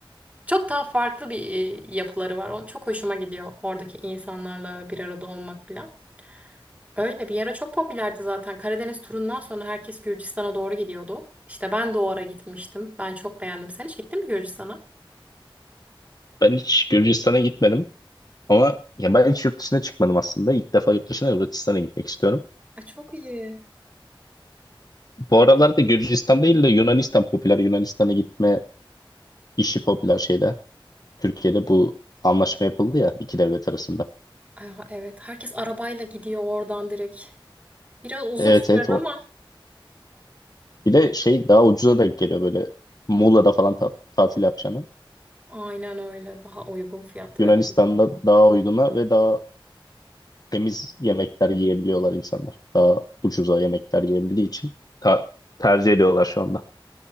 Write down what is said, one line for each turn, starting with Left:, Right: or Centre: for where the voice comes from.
Right: çok daha farklı bir e, yapıları var. O çok hoşuma gidiyor oradaki insanlarla bir arada olmak falan. Öyle bir ara çok popülerdi zaten. Karadeniz turundan sonra herkes Gürcistan'a doğru gidiyordu. İşte ben de o ara gitmiştim. Ben çok beğendim. Sen hiç gittin mi Gürcistan'a?
Left: Ben hiç Gürcistan'a gitmedim. Ama ya ben hiç yurt dışına çıkmadım aslında. İlk defa yurt dışına Hırvatistan'a gitmek istiyorum.
Right: Ay, çok iyi.
Left: Bu aralarda Gürcistan değil de Yunanistan popüler. Yunanistan'a gitme işi popüler şeyde. Türkiye'de bu anlaşma yapıldı ya iki devlet arasında.
Right: Aa, evet, herkes arabayla gidiyor oradan direkt. Biraz uzun
Left: Evet
Right: sürer
Left: evet o.
Right: ama
Left: Bir de şey daha ucuza denk geliyor böyle Muğla'da falan ta- tatil yapacağını.
Right: aynen öyle. Daha uygun fiyatlı
Left: Yunanistan'da
Right: ve daha güzel.
Left: daha uyguna ve daha temiz yemekler yiyebiliyorlar insanlar. Daha ucuza yemekler yiyebildiği için ta- tercih ediyorlar şu anda.